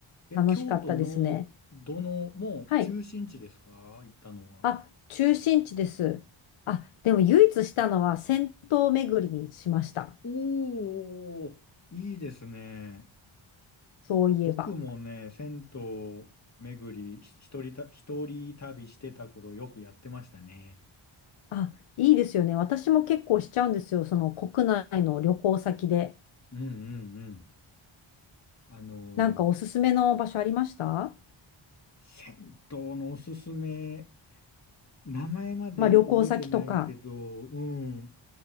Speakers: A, on the left (about 35°); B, on the left (about 80°).
A: え、
B: 楽しかったですね。
A: 京都のどの、もう中心地ですか行ったのは。
B: はい。あ、中心地です。あ、でも唯一したのは銭湯巡りにしました。
A: おー、いいですね。
B: そういえば。
A: 僕もね、銭湯巡り、ひ一人た、一人旅してた頃よくやってましたね。
B: あ、いいですよね。私も結構しちゃうんですよ。その国内の旅行先で。
A: うんうんうん。あのー
B: なんかおすすめの場所ありました
A: 銭湯のおすすめ、名前まで覚えてないけど、
B: まあ旅行先とか。
A: うん、